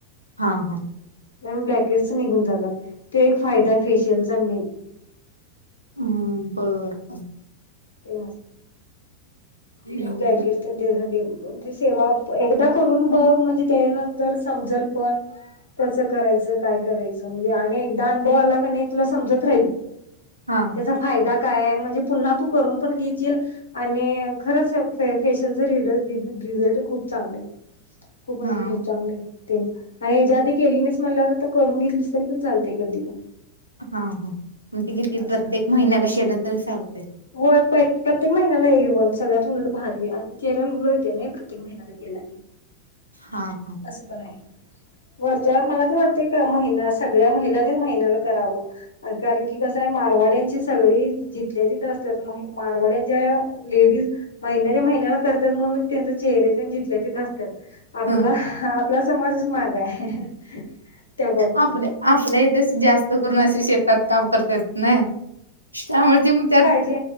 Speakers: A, on the right; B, on the left.
A: हा हा
B: म ब्लॅकेट निघून जातात, तो एक फायदा फेशियलचा मेन.
A: हम्म बरं बर
B: ते
A: बर
B: ते ब्रॅकेट तेन निघून म्हणे सेवा एकदा करून बघ म्हणजे त्यानंतर समजल पण. कसं करायचं काय करायचं म्हणजे आणि एकदा अनुभव आला का नाही तुला समजत राहील.
A: हा!
B: त्याचा फायदा काय म्हणजे पुन्हा तू करून पण घेचील आणि खरंच फेशल रिज- रिझल्ट खूप चांगले आहेत, खूप मणजे
A: हा हा
B: खूप चांगले आहेत. तीन, आणि हज्या आधी केली नाहीस म्हणल्यावर आता करून घेतलीस तरी पण चालतय कधी पण.
A: हा हा, म्हणते कि ती
B: असं
A: प्रत्येक महिन्याला केलं तरी चालतय.
B: होय, प्रत्येक महिन्याला घेऊन सगळ्यात उलटं भारी, आणि चेहर्याला ग्लो येतय नाही प्रत्येक महिन्याला केला
A: हां.
B: असं पण आहे,, वरच्यावर मला तर वाटतय का महिना असं सगळ्या महिलांनी महिन्याला करावं. कारण की कसंय, मारवाड्यांची सगळी जिथल्या तिथं असत्यात,, मारवाड्यांच्या लेडीज महिन्याच्या महिन्याला करत्यात म्हणून त्यांचे चेहरे तेन जिथल्या तीथं आसत्यात.
A: हा
B: आपला, आपला समाजच मागं आय त्या बाबतीत.
A: आपल्या आपल्या इथेच जास्त करून अशे शेतात काम करत्यात नाई,, त्यामुळे ते म्हणत्यात
B: -जे